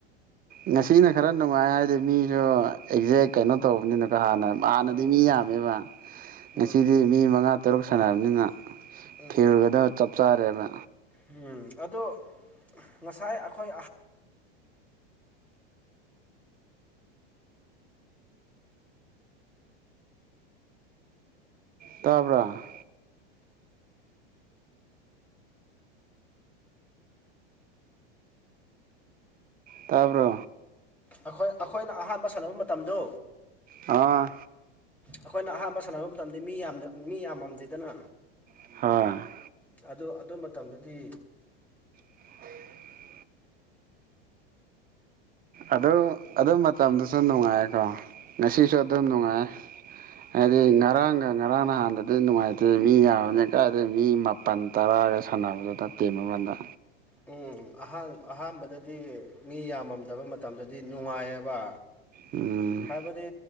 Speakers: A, on the right; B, in the centre.
A: ꯉꯁꯤꯅ ꯈꯔ ꯅꯨꯡꯉꯥꯏ ꯍꯥꯏꯗꯤ ꯃꯤꯁꯨ ꯑꯦꯛꯖꯦꯛ ꯀꯩꯅꯣ ꯇꯧꯕꯅꯤꯅꯀꯣ ꯍꯥꯟꯅ ꯍꯥꯟꯅꯗꯤ
B: ꯎꯝ
A: ꯃꯤ ꯌꯥꯝꯃꯦꯕ
B: ꯎꯝ
A: ꯉꯁꯤꯗꯤ ꯃꯤ ꯃꯉꯥ ꯇꯔꯨꯛ ꯁꯥꯟꯔꯕꯅꯤꯅ
B: ꯎꯝ
A: ꯐꯤꯜꯒꯗꯣ ꯆꯞ ꯆꯥꯔꯦꯅ
B: ꯎꯝ ꯑꯗꯣ ꯉꯁꯥꯏ ꯑꯩꯈꯣꯏ
A: ꯇꯥꯕ꯭ꯔ ꯇꯥꯕ꯭ꯔꯣ
B: ꯑꯩꯈꯣꯏ ꯑꯩꯈꯣꯏꯅ ꯑꯍꯥꯟꯕ ꯁꯥꯟꯅꯕ ꯃꯇꯝꯗꯣ
A: ꯑꯥ
B: ꯑꯩꯈꯣꯏꯅ ꯑꯍꯥꯟꯕ ꯁꯥꯟꯅꯕ ꯃꯇꯝꯗꯤ ꯃꯤ ꯌꯥꯝ ꯃꯤ ꯌꯥꯝꯃꯝꯗꯦꯗꯅ
A: ꯍꯣꯏ
B: ꯑꯗꯨ ꯑꯗꯨ ꯃꯇꯝꯗꯗꯤ
A: <inaudible> ꯑꯗꯨ ꯑꯗꯨ ꯃꯇꯝꯗꯨꯁꯨ ꯅꯨꯡꯉꯥꯏꯀꯣ ꯉꯁꯤꯁꯨ ꯑꯗꯨꯝ ꯅꯨꯡꯉꯥꯏ ꯍꯥꯏꯗꯤ ꯉꯔꯥꯡꯒ ꯉꯔꯥꯡ ꯅꯍꯥꯟꯗꯗꯤ ꯅꯨꯡꯉꯥꯏꯇꯦ ꯃꯤ ꯌꯥꯝꯕꯅꯤꯅ ꯀꯥꯏꯗꯩ ꯃꯤ ꯃꯥ ꯄꯟ ꯇꯔꯥꯒ ꯁꯥꯟꯅꯕꯗꯨꯗ ꯇꯤꯝ ꯑꯃꯗ
B: ꯎꯝ ꯑꯍꯥꯟ ꯑꯍꯥꯟꯕꯗꯗꯤ ꯃꯤ ꯌꯥꯝꯃꯝꯗꯕ ꯃꯇꯝꯗꯗꯤ ꯅꯨꯡꯉꯥꯏꯌꯦꯕ
A: ꯎꯝ
B: ꯍꯥꯏꯕꯗꯤ